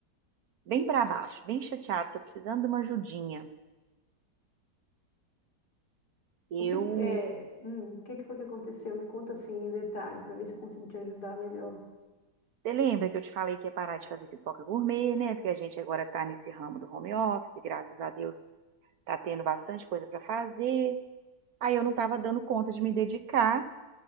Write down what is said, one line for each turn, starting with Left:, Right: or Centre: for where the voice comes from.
Right: bem pra baixo, bem chateada. Tô precisando de uma ajudinha. Eu,
Left: O que, é, hum, o que que foi que aconteceu? Me conta assim em detalhes para ver se eu consigo te ajudar melhor.
Right: você lembra que eu te falei que ia parar de fazer pipoca gourmet, né? Porque a gente agora tá nesse ramo do home office, graças a Deus tá tendo bastante coisa pra fazer. Aí eu não tava dando conta de me dedicar